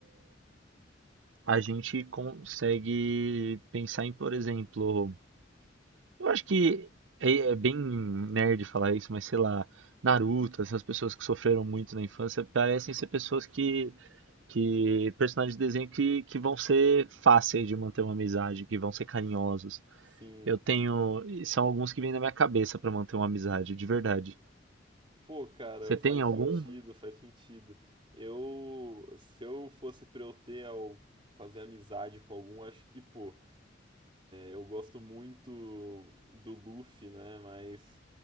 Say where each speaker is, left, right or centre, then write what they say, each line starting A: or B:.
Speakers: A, on the right (about 80°); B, on the right (about 30°).
A: a gente consegue pensar em, por exemplo, Eu acho que é, é bem nerd falar isso, mas sei lá, Naruto, essas pessoas que sofreram muito na infância, parecem ser pessoas que, que personagens de desenho que, que vão ser fáceis de manter uma amizade, que vão ser carinhosos.
B: Sim.
A: Eu tenho, e são alguns que vêm na minha cabeça pra manter uma amizade, de verdade.
B: Pô, cara,
A: Você
B: faz
A: tem algum?
B: sentido, faz sentido. Eu, se eu fosse pra eu ter ao fazer amizade com algum, acho que, pô, Eu gosto muito do Luffy, né? Mas